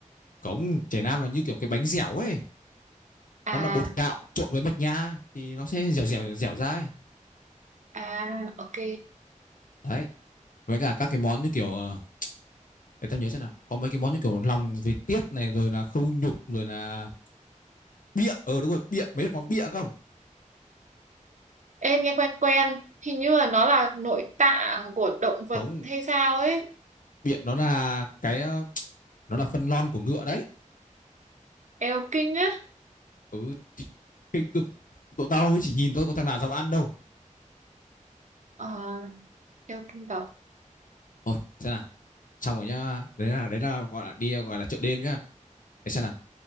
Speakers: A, on the left; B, on the right.
A: cống chè nam là như kiểu cái bánh dẻo ấy
B: à
A: nó là bột gạo trộn với mạch nha thì nó sẽ dẻo dẻo dẻo ra ấy.
B: à ok
A: đấy với cả các cái món như kiểu ờ, để tao nhớ xem nào có mấy cái món như kiểu lòng vịt tiết này rồi là khâu nhục rồi là bịa ờ đúng rồi bịa mấy món bịa không
B: Ê, nghe quen quen hình như là nó là nội tạng của động vật
A: không
B: hay sao ấy
A: bịa nó là cái ờ, nó là phân lon của ngựa đấy
B: eo kinh á
A: ừ kinh cực tụi tao mới chỉ nhìn thôi có thằng nào dám ăn đâu
B: Ờ Đeo kim cẩu.
A: Ôi, xem nào xong rồi nhá đấy là đấy là gọi là đi gọi là chợ đêm nhá để xem nào